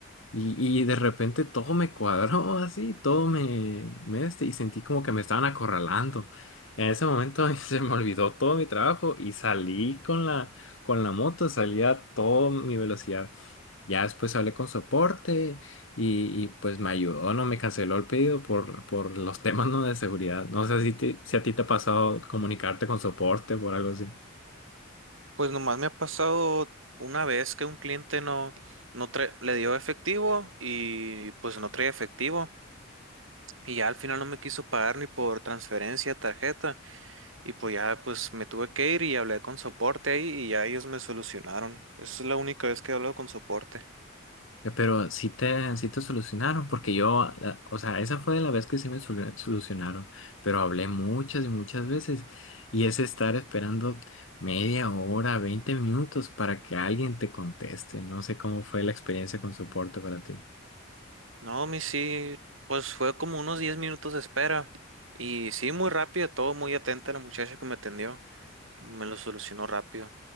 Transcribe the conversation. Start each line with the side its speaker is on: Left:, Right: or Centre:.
Left: y, y de repente todo me cuadró así, todo me, me este, y sentí como que me estaban acorralando. En ese momento <laughs> se me olvidó todo mi trabajo y salí con la, con la moto, salí a toda mi velocidad. Ya después hablé con soporte y, y, pues me ayudó, no me canceló el pedido por, por los <laughs> temas no de seguridad. No sé si, te- si a ti te ha pasado comunicarte con soporte por algo así.
Right: Pues nomás me ha pasado una vez que un cliente no, no tra- le dio efectivo y pues no traía efectivo y ya al final no me quiso pagar ni por transferencia, tarjeta y pues ya pues me tuve que ir y hablé con soporte ahí y ya ellos me solucionaron. Esa es la única vez que he hablado con soporte.
Left: Eh, Pero sí te, sí te solucionaron, porque yo, la- o sea, esa fue la vez que sí me solu- solucionaron, pero hablé muchas y muchas veces y es estar esperando media hora, 20 minutos para que alguien te conteste. No sé cómo fue la experiencia con soporte para ti.
Right: No, mi sí, pues fue como unos 10 minutos de espera. Y sí, muy rápido, todo muy atenta la muchacha que me atendió. Me lo solucionó rápido.